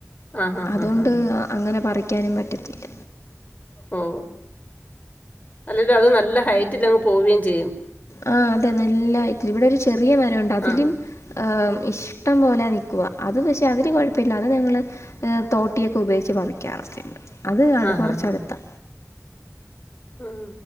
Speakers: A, on the left; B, on the left.
A: ആഹാഹാഹാ.
B: അതോണ്ട് അങ്ങനെ പറിക്കാനും പറ്റത്തില്ല
A: ഓ അല്ലെല്ലോ അത് നല്ല ഹൈറ്റിലങ്ങ് പോവേം ചെയ്യും
B: ആ അതെ നല്ല ഹയ്റ്റല് ഇവിടെ ഒരു ചെറിയ മരൊണ്ട് അതിലും
A: ആ.
B: ആ ഇഷ്ടം പോലെ നിക്കുവ അത് പഷെ അതിൽ കൊഴപ്യല്ല അത് ഞങ്ങള് തോട്ടിയൊക്കെ ഉപയോഗിച്ച് പറിക്കാ അത് കാണ്
A: ആഹാഹാ.
B: കുറച്ചട്ത്താ
A: ഉം